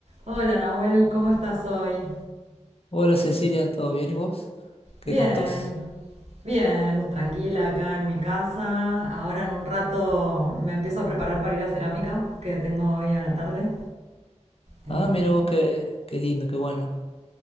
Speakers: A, on the right; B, on the left.
A: Hola Nahuel, ¿cómo estás hoy?
B: Hola Cecilia, ¿todo bien y vos? ¿Qué
A: Bien,
B: contás?
A: bien, tranquila acá en mi casa. Ahora en un rato me empiezo a preparar para ir a cerámica, que tengo hoy a la tarde. Eh,
B: Ah, mira vos, qué, qué lindo, qué bueno.